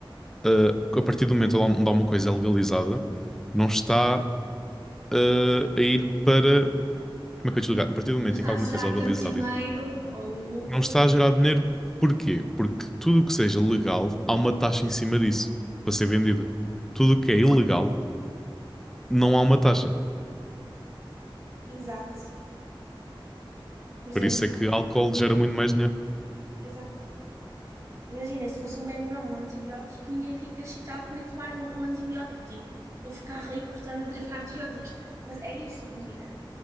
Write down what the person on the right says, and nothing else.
Não está
a gerar
tanto dinheiro
ou lucro.
Exato. Por exemplo,
exato. Imagina, se fosse um Benuron, um antibiótico, ninguém fica excitado por ir tomar um, um antibiótico. Tipo, vou ficar rico, portanto, a traficar antibióticos. Mas é isso, imagina.